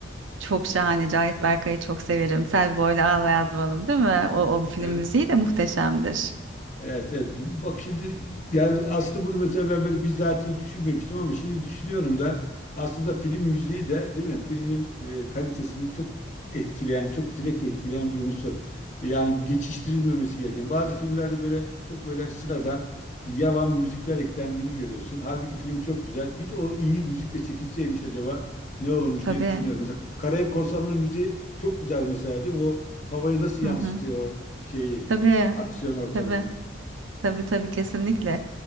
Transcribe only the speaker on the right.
Çok şahane. Cahit Berkay'ı çok severim. Selvi Boylu Ağla Yazmalım değil mi? O, o film
müziği de muhteşemdir.
Tabii.
Hı hı.
Tabii,
tabii. Tabii tabii kesinlikle.